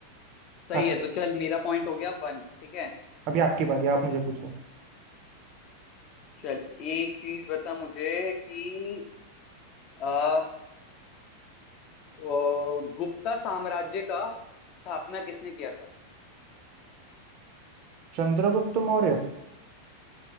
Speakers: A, on the left; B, on the right.
A: सही
B: आपका
A: है तो चल मेरा पॉइंट हो गया वन ठीक है
B: अभी आपकी बारी आप मुझे पूछो
A: चल एक चीज बता मुझे कि आ, वो गुप्ता साम्राज्य का स्थापना किसने किया था
B: चंद्रगुप्त मौर्य